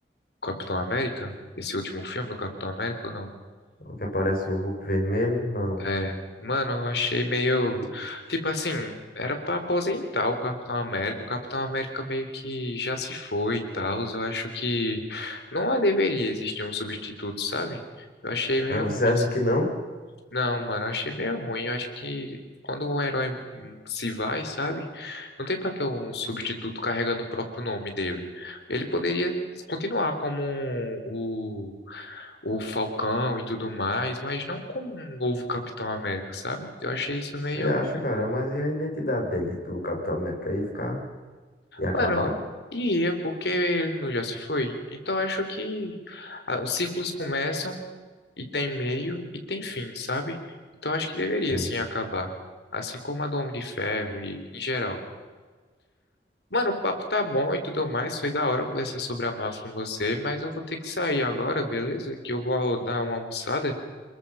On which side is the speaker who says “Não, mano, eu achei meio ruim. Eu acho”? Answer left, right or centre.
Left